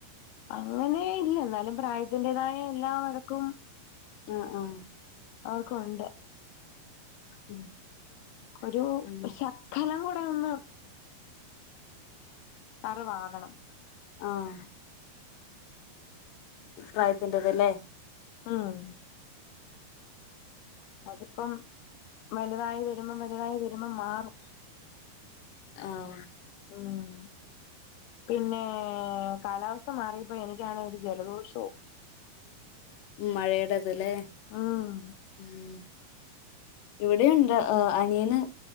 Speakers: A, on the left (about 80°); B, on the left (about 65°).
A: അങ്ങനേ ഇല്ല ന്നാലും പ്രായത്തിന്റേതായ എല്ലാ വഴക്കും
B: ആഹ് ആഹ്
A: അവർക്കൊണ്ട്
B: ഉം
A: ഒരു
B: അങ്ങനെ
A: ശക്കനം കൂടെ ഒന്ന് വറവാകണം
B: ആഹ് പ്രായത്തിന്റതല്ലേ
A: ഉം അതിപ്പം വലുതായി വരുമ്പം വലുതായി വരുമ്പം മാറും
B: ആഹ്
A: ഉം പിന്നേ കാലാവസ്ഥ മാറിയപ്പോ എനിക്കണേ ഒരു ജലദോഷവും
B: മഴയുടെതലേ
A: ഉം
B: ഉം ഇവിടെയുണ്ട് അനിയന്